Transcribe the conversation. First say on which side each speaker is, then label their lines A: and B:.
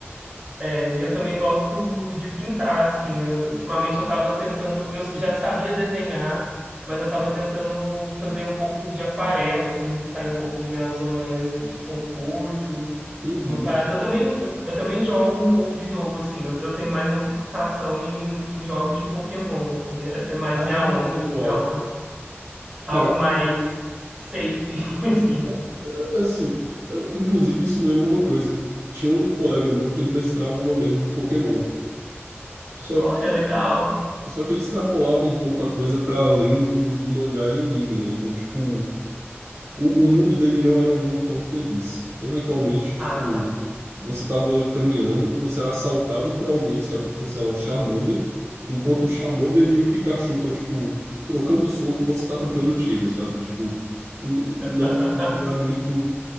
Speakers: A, on the right; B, on the right.
A: É, Eu também gosto de pintar, assim. Eu- ultimamente eu tava tentando, eu já sabia desenhar, mas eu tava tentando fazer um pouco de aquarela, assim, sair um pouco da minha zona de conforto.
B: Uhum.
A: Umas paradas. Eu também, eu, eu também jogo um pouco de jogo, assim. Eu, eu tenho mais uma fixação em, em jogos de Pokémon, assim. Essa é mais
B: Ah,
A: minha onda, assim.
B: uau.
A: Algo,
B: Cara,
A: algo mais safe, <laughs> assim.
B: é, é, assim, eu- inclusive isso me lembra uma coisa. Tinha um colega meu que ele mestrava uma mesa de Pokémon. Só
A: Olha,
B: que
A: legal.
B: só que ele extrapolava um pouco a coisa para além do, do mangá e anime, né? Então, tipo, o, o mundo dele não era um mundo tão feliz. Eventualmente, tipo,
A: Ah, tá.
B: você tava caminhando, você era assaltado por alguém, sabe, que tem, sei lá, um Charmander, enquanto o Charmander e o Pikachu estão, tipo, trocando soco, você tá trocando tiro, sabe? Tipo, n-
A: <laughs>
B: não, não é muito.